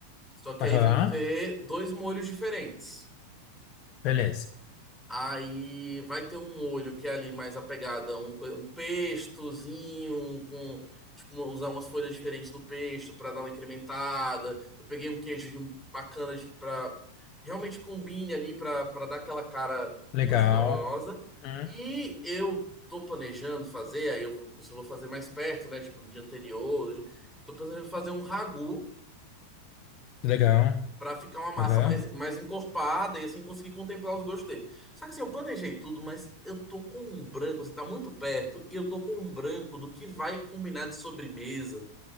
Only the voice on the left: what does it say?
Aham,
beleza.
Legal.
Uhum,
legal.
Aham,